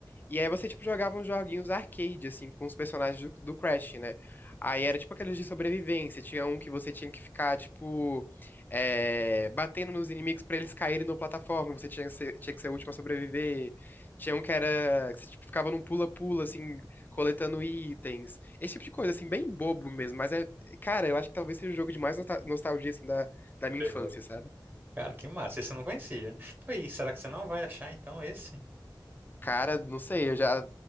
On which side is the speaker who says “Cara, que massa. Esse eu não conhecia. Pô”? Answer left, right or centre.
Right